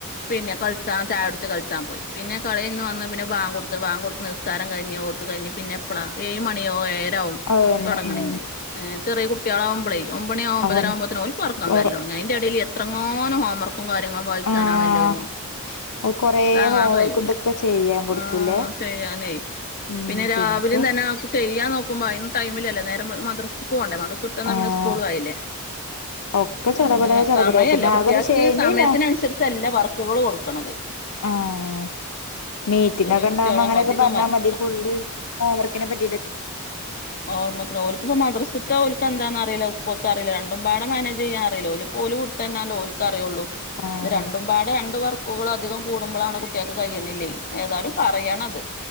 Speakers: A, on the left; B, on the left.
A: പിന്നെ കളിച്ചാ ചായ കുടിച്ച് കളിച്ചാൻ പോയി പിന്നെ കളിന്ന് വന്ന് പിന്നെ വാ വാങ്കു കൊടുത്ത് നിസ്കാരം കഴിഞ്ഞു. ഓത്ത കഴിഞ്ഞ് പിന്നെ എപ്പഴാ ഏഴ മണിയാവോ ഏരാവവും
B: അത് തന്നെ
A: തുടങ്ങണെങ്ക
B: ഉം
A: നേര് ചെറിയ കുട്ടികളകുമ്പളേ ഒമ്പണി ആഹ് ഒമ്പതരാ
B: അതന്നെ
A: ആകുമമ്പത്തേക്ക് ഓല്ക് ഓർകം വരലോടങ്ങും
B: ഒറ
A: അയ്‌ന്റെ ഇടേൽ എത്രങ്ങോനും ഹോം വർക്കും കാര്യങ്ങളും വായിച്ചാനാണ്ണല്ലോന്നോ
B: ആഹ് കൊറേ
A: താങ്ങാൻ
B: ഹോംവർക്ക്
A: കഴിയൂല.
B: ഇതൊക്കെ ചെയ്യാൻ കൊടുക്കൂലേ
A: ആ ചെയ്യാനേ
B: ഉം
A: പിന്നെ രാവിലും
B: പിന്നെപ്പോ
A: തന്നെ അവക്ക് ചെയ്യാൻ നോക്കുമ്പോ അയ്ന് ടൈമിലല്ല നേരെ മദ്രസ്ക്ക് പോണ്ടേ മദ്ര ട്ട ന്നാ
B: ആഹ്
A: പിന്നെ സ്കൂള ആയില്ലേ
B: ഒക്കെ ചെടപടേ
A: അങ്ങനെ
B: ചെടപടേ
A: സമയല്ല
B: പിന്നെ
A: കുട്ടിൾക്ക്
B: ആകെ ഒരു ശനി
A: സമയത്തിനനുസരിച്ചല്ല
B: ഞാ
A: വർക്കുകൾ കൊടുക്കണത്
B: ഉമ് മീറ്റിംഗ്
A: ചെറിയ
B: ഒക്കെ ഉണ്ടാകോമ്പം
A: കുട്ട്യാളാവുമ്പോ
B: അങ്ങനെയൊക്കെ
A: അധികം
B: പറഞ്ഞാ
A: വർക്കുകളാ
B: മതി ഫുള്ള് ഹോംവർക്കിനെ പറ്റി <inaudible>
A: ഓർമ്മ ഓലക്കിപ്പോ മദ്രസത്തെല എന്താന്ന അറിയില്ല. സ്കൂളത്തെ അറിയില്ല. രണ്ട പാട മാനേജ് അറിയില്ല. ഒലുപോലും ന്ന ഓല്ക്ക് അറിയുള്ളൂ
B: ആഹ്
A: ഇത് രണ്ടും പാടെ രണ്ട് വർക്കുകളും അധികം കൂടുമ്പോളാണ് കുട്ടിൾക്ക് കയ്യണില്ലേ ഏതായാലും പറയണത്